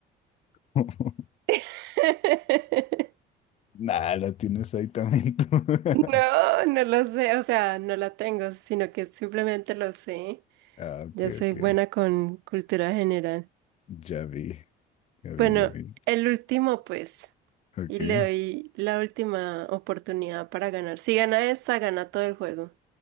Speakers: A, on the left; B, on the right.
A: <laughs>
B: <laughs>
A: Nah, la tienes ahí también tú. <laughs>
B: No, no lo sé, o sea, no la tengo, sino que simplemente lo sé.
A: Ah, ok,
B: Yo soy
A: ok.
B: buena con cultura general.
A: Ya vi, ya vi,
B: Bueno,
A: ya vi.
B: el último pues,
A: Ok.
B: y le doy la última oportunidad para ganar. Si gana esta, gana todo el juego.